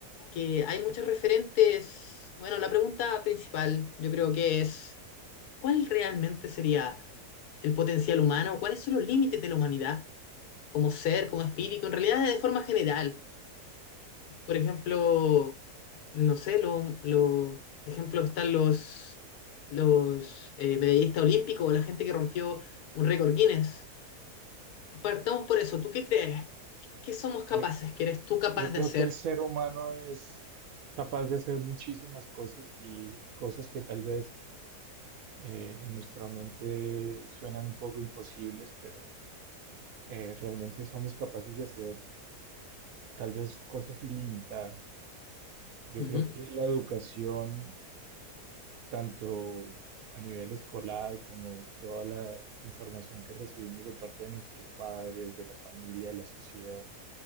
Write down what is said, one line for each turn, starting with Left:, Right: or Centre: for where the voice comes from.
Left: que hay muchos referentes. Bueno, la pregunta principal yo creo que es, ¿cuál realmente sería? el potencial humano, cuáles son los límites de la humanidad como ser, como espíritu, en realidad de forma general. Por ejemplo, no sé, lo, lo, de ejemplo están los, los eh, medallistas olímpicos o la gente que rompió un récord Guinness. Partamos por eso. ¿Tú qué crees? ¿Qué somos capaces?
Right: Yo,
Left: ¿Qué eres tú capaz
Right: yo
Left: de
Right: creo
Left: hacer?
Right: que el ser humano es capaz de hacer muchísimas cosas y cosas que tal vez eh, en nuestra mente suenan un poco imposibles, pero eh, realmente somos capaces de hacer tal vez cosas ilimitadas. Yo
Left: Ujú,
Right: creo que la educación, tanto a nivel escolar como toda la información que recibimos de parte de nuestros padres, de la familia, de la sociedad,